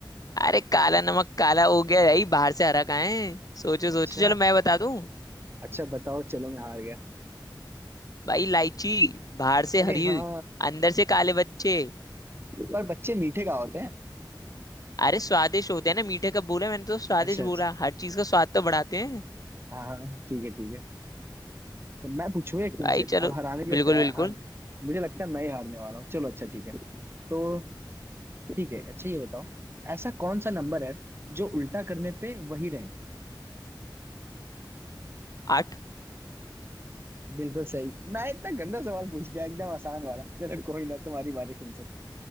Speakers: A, on the left; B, on the right.
A: अरे काला नमक काला हो गया भाई बाहर से हरा कहाँ है सोचो
B: अच्छा
A: सोचो चलो मैं बता दूं
B: अच्छा बताओ चलो मैं हार गया
A: भाई इलायची बाहर से
B: अरे
A: हरी
B: हाँ
A: अंदर से काले बच्चे
B: पर बच्चे मीठे का होते हैं
A: अरे स्वादिष्ट होते हैं ना मीठे कब बोला मैंने तो स्वादिष्ट
B: अच्छा अच्छा
A: बोला हर चीज का स्वाद तो बढ़ाते हैं
B: हाँ हाँ ठीक है ठीक है तो मैं पूछूं एक तुमसे
A: भाई चलो
B: अब हराने के लिए
A: बिल्कुल
B: तैयार
A: बिल्कुल
B: हार मुझे लगता है मैं ही हारने वाला हूँ चलो अच्छा ठीक है तो ठीक है अच्छा ये बताओ ऐसा कौन सा नंबर है जो उल्टा करने पे वही रहे
A: आठ
B: बिल्कुल सही मैं इतना गंदा सवाल पूछ लिया एकदम आसान वाला चलो कोई ना तुम्हारी बारी तुमसे